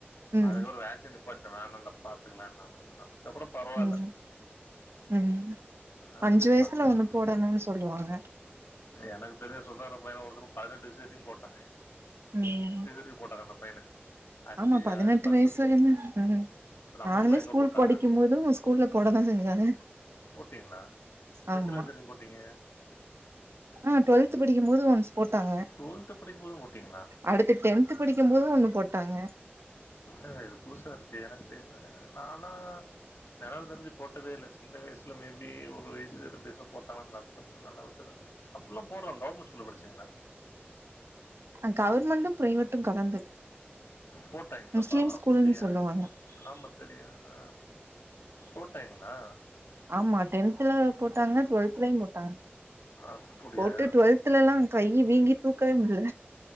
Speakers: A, on the right (about 75°); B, on the left (about 75°).
A: ம்
B: அதுக்கு ஒரு வேக்சின் நிப்பாட்டே வேணான்டா பாத்துக்கலா என்னான்னு அதுக்கப்ற பரவால்ல
A: ம் ம்
B: அப்படி
A: அஞ்சு வயசுல
B: பசங்க
A: ஒண்ணு போடணும்னூ சொல்லுவாங்க
B: எனக்கு தெரிஞ்ச செந்தகார பையன ஒருத்தனுக்கு பதினெட்டு வேக்ஷின் போட்டா
A: ம்
B: போட்டாங்க அந்த பையனுக்கு அஞ்சு
A: ஆமா பதினெட்டு
B: ஆறு பத்து
A: வயசு வரையு ம்
B: இப்ப நம்மளுக்குள்ள
A: நானுமே
B: எங்க
A: ஸ்கூல்
B: போட்டாங்க
A: படிக்கும் போது உ ஸ்கூல்ல போடதா செஞ்சாங்க
B: போட்டீங்களா
A: ஆமா
B: எத்தன வயசு வரைக்கு போட்டீங்க
A: ஆ டு்வெல்த் படிக்கும்பது ஒன்ஸ் போட்டங்க
B: டுவெல்த் படிக்கும் போதும் போட்டீங்களா
A: அடுத்து டென்த் த்து படிக்கும் போது ஒண்ணு போட்டங்க
B: என்ன இது புதுசா இருக்கு எனக்கு தெரிய நானா நெனவு தெரிஞ்சு போட்டதே இல்ல சின்ன வயசில மேபி ஒரு வயசு ரெண்டு வயசுல போட்டான்னா தெர்ல அதுக்கப்புறோ நனவு தெரிஞ்சு அப்பில்லா போட்றாங்க கவர்மெண்ட் ஸ்கூல்ல படிச்சீங்களா
A: அ கவர்மெண்ட்டு பிரைவேட்டு கலந்து
B: போட்டாங்கள்ல
A: முஸ்லிம்
B: பரவா
A: ஸ்கூல்ன்னு
B: அப்டியா
A: சொல்லுவாங்க
B: ஆமா தெரிய அ போட்டாய்ங்களா
A: ஆமா டென்த்ல போட்டாங்க டுவெல்த்லயு போட்டாங்க
B: அப்படியா
A: போட்டு டுவெல்த் த்துலல்லா கை வீங்கி தூக்கவே முட்ல